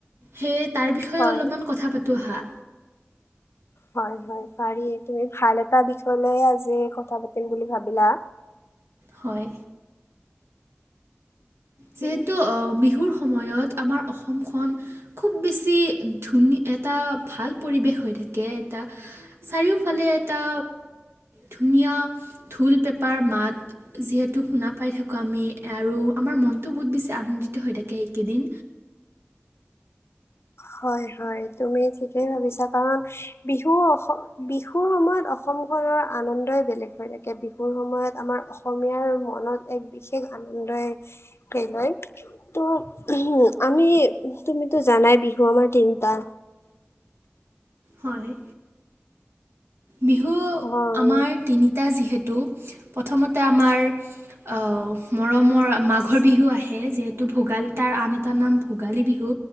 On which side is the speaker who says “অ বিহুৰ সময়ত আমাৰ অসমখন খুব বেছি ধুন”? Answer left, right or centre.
Right